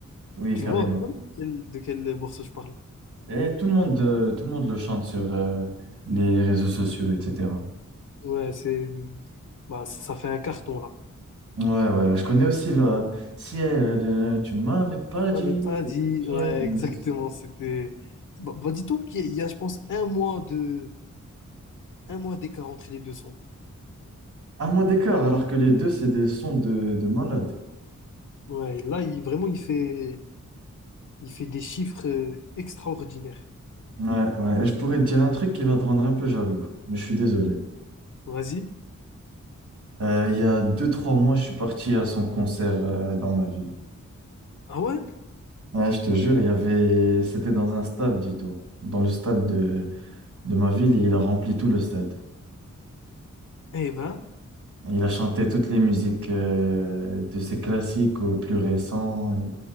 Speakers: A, on the right; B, on the left.
A: oui,
B: Tu
A: carrément.
B: vois, tu vois de quel, de quel morceau je parle?
A: Et tout le monde, euh, tout le monde le chante sur euh, les réseaux sociaux, etc.
B: Ouais, c'est bah, ça fait un carton là.
A: Ouais, ouais, je connais aussi le Ciel, euh, tu m'avais pas dit
B: On n'avait pas
A: que
B: dit,
A: t'étais
B: ouais,
A: mon
B: exactement,
A: destin.
B: c'était bah, bah, dis-toi qu'il y a, je pense, un mois de un mois d'écart entre les deux sons.
A: Un mois d'écart, alors que les deux, c'est des sons de, de malade.
B: Ouais, là, il vraiment il fait il fait des chiffres euh, extraordinaires.
A: Ouais, ouais, et je pourrais te dire un truc qui va te rendre un peu jaloux, mais je suis désolé.
B: Vas-y.
A: Euh, il y a deux, trois mois, je suis parti à son concert euh, dans ma ville.
B: Ah ouais?
A: Ouais, je te jure, il y avait... c'était dans un stade, dis-toi, dans le stade de... de ma ville, et il a rempli tout le stade.
B: Eh ben,
A: Et Il a chanté toutes les musiques euh, de ses classiques aux plus récents. et-